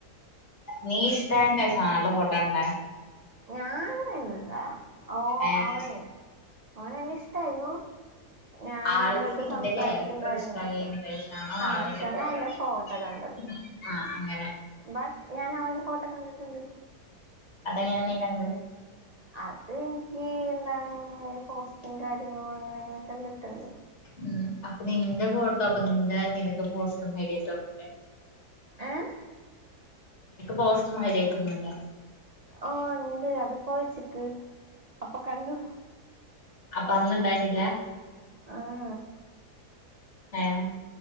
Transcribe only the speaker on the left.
നീ ഇഷ്ടായിണ്ട ആളുടെ ഫോട്ടോ കണ്ടേ
ഏഹ്
ആൾക്ക്
നിന്റെ
കാരക്ടർ
ഇഷ്ടയായെന്നുശേഷാണോ
ആള് നിന്റെ
ഫോട്ടോ
കണ്ട
ആ അങ്ങനെ
അതെങ്ങന നീ കണ്ട്
ഉം അപ്പൊ നിന്റെ ഫോട്ടോ അപ്പൊ നിന്റെ നിനക്ക് പോസ് തുംഹെരെ തുംനേ <unintelligible>
പോസ്റ്റും ഹൈലൈറ്റും ഒന്നുമില്ല
അപ്പൊ അന്നുണ്ടായിരുന്നില്ല
ഏഹ്